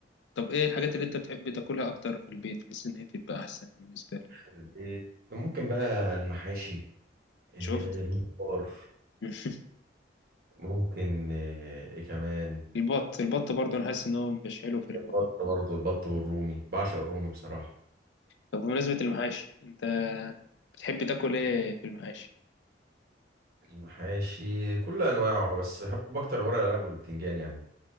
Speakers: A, on the left; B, on the right.
A: طب ايه الحاجات اللي انت بتحب تاكلها اكتر في البيت بحيث ان هي بتبقى احسن بالنسبه لك
B: البيت ممكن بقى المحاشي آه،
A: شوف
B: الممبار
A: <laughs>
B: ممكن آه، ايه كمان
A: البط البط برضه انا حاسس ان هو مش حلو في المطبخ
B: البط برضه البط والرومي بعشق الرومي بصراحه
A: طب بمناسبه المحاشي انت بتحب تاكل ايه في المحاشي
B: المحاشي كل انواعه بس بحب اكتر الورق العنب والبتنجان يعني